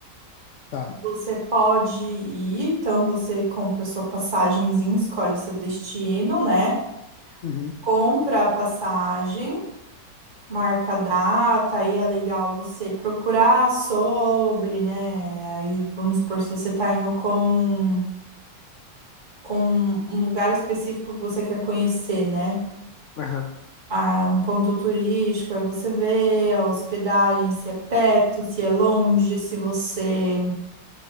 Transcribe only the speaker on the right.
Você pode ir, então você compra sua passagenzinha, escolhe seu destino, né?
compra a passagem, marca a data, aí é legal você procurar sobre, né? Aí vamos supor, se você tá indo com, com um lugar específico que você quer conhecer, né?
Ah, um ponto turístico, aí você vê a hospedagem, se é perto, se é longe, se você,